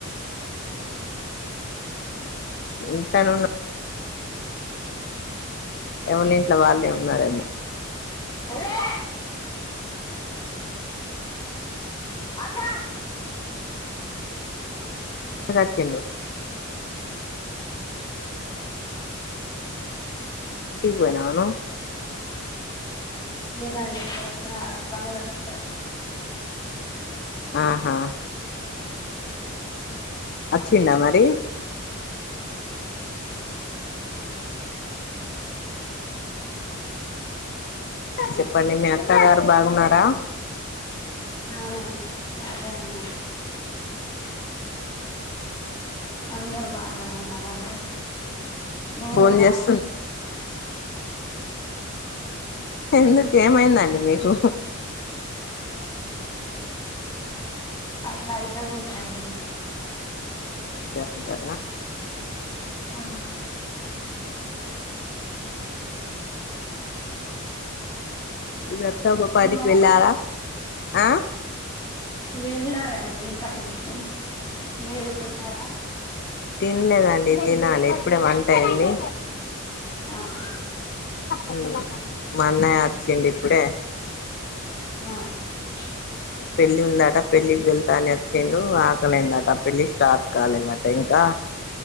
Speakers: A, on the left; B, on the left.
A: <unintelligible>
B: ఇంతనున్ను ఎవలి ఇంట్ల వాళ్ళే ఉన్నారేమో
A: ఎరే ఆషా
B: అచ్చిండూ ఇంటికి బోయినవా ను
A: లేదండి ఇక్కడక్కడా బంగ్లా దగ్గర ఉడి
B: ఆహా అచ్చిడా మరి ఆహా చెప్పండి మీ అక్క గారు బాగున్నారా.
A: అవునండి బాగనే ఉనా అందరు బాగానే ఉన్నారండి మేమే
B: ఫోన్
A: బాగానే
B: జేసు ఎందుకు ఏంమైందండి మీకు
A: అట్లా అయితాదుంటది
B: దంతనా
A: ఆ
B: రొత్తం ఉపాధికి
A: తిన్నారా
B: వెళ్ళాలా ఆ
A: వెళ్ళారండి పనికి మీరు తిన్నారా
B: తిన్లేదండి తినాలి ఎప్పుడే వంట అయింది
A: ఆహా
B: ఉ మా అన్నయ్య అచ్చిండు ఇప్పుడే
A: ఉ
B: పెళ్లి ఉందట పెళ్ళికి వెళ్తాని అచ్చిండు ఆకలేందట పెళ్లి స్టార్ట్ కాలేదట ఇంకా